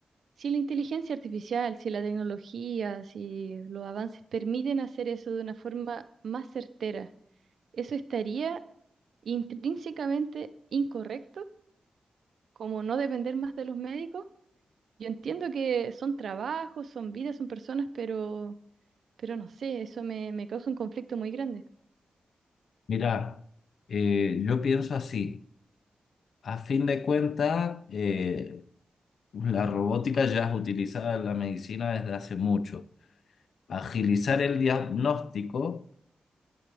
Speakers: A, on the right; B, on the left.
A: si la inteligencia artificial, si la tecnología, si los avances permiten hacer eso de una forma más certera, ¿eso estaría intrínsecamente incorrecto? como no depender más de los médicos. Yo entiendo que son trabajos, son vidas, son personas, pero, pero no sé, eso me, me causa un conflicto muy grande.
B: Mira, eh, yo pienso así. A fin de cuentas, eh, la robótica ya es utilizada en la medicina desde hace mucho. Agilizar el diagnóstico